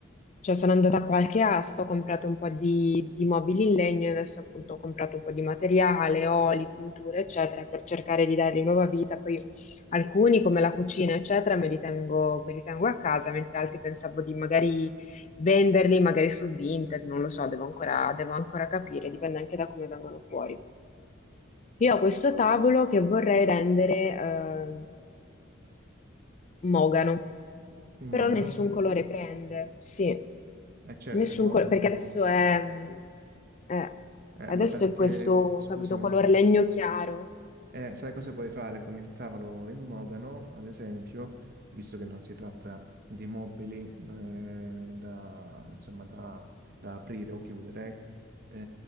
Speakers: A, on the left (about 35°); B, on the right (about 50°).
A: cioè sono andata a qualche asta, ho comprato un po' di, di mobili in legno e adesso appunto ho comprato un po' di materiale, oli, tinture, eccetera, per cercare di dargli nuova vita. Poi alcuni, come la cucina, eccetera, me li tengo, me li tengo a casa, mentre altri pensavo di magari venderli, magari su Vinted, non lo so, devo ancora, devo ancora capire, dipende anche da come vengono fuori. Io ho questo tavolo che vorrei rendere eh, mogano.
B: Il mogano?
A: però nessun colore prende, sì,
B: Eh certo,
A: nessun
B: il mogano.
A: colore, perché adesso è, eh,
B: Eh,
A: adesso
B: ma perché,
A: è questo,
B: scusami,
A: capito, color
B: sì.
A: legno chiaro.
B: Eh, sai cosa puoi fare con il tavolo in mogano, ad esempio, visto che non si tratta di mobili eh, da, insomma, da, da aprire o chiudere, eh,